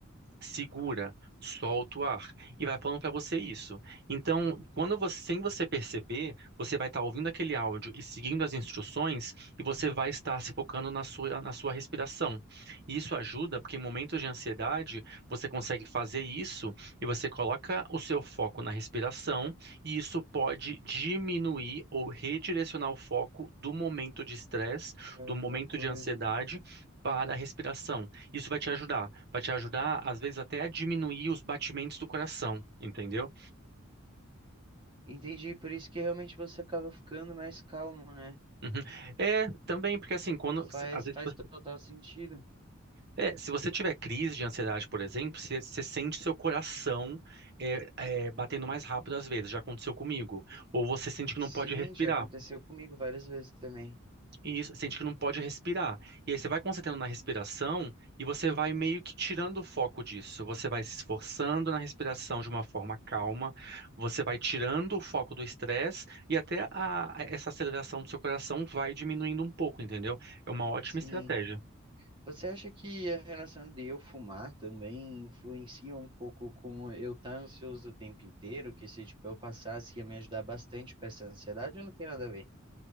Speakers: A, on the right (about 50°); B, on the right (about 25°).
A: segura, solta o ar e vai falando para você isso. Então, quando você, sem você perceber, você vai estar ouvindo aquele áudio e seguindo as instruções e você vai estar se focando na sua, na sua respiração. E isso ajuda porque em momentos de ansiedade você consegue fazer isso e você coloca o seu foco na respiração e isso pode diminuir ou redirecionar o foco do momento de estresse,
B: para
A: do
B: outra
A: momento
B: coisa.
A: de ansiedade. Para a respiração. Isso vai te ajudar. Vai te ajudar, às vezes, até a diminuir os batimentos do coração, entendeu?
B: Entendi, por isso que realmente você acaba ficando mais calmo, né?
A: Uhum. É, também, porque assim, quando,
B: Faz,
A: às vezes,
B: faz
A: você-
B: total sentido.
A: é, se você tiver crise de ansiedade, por exemplo, você, você sente seu coração é, é, batendo mais rápido às vezes, já aconteceu comigo. Ou você sente que
B: Sim,
A: não pode respirar.
B: já aconteceu comigo várias vezes também.
A: E isso, sente que não pode respirar. E aí você vai concentrando na respiração e você vai meio que tirando o foco disso. Você vai se esforçando na respiração de uma forma calma, você vai tirando o foco do estresse e até a- essa aceleração do seu coração vai diminuindo um pouco, entendeu? É uma ótima
B: Sim.
A: estratégia.
B: Você acha que a relação de eu fumar também influencia um pouco com eu estar ansioso o tempo inteiro? Que se, tipo, eu passasse ia me ajudar bastante com essa ansiedade ou não tem nada a ver?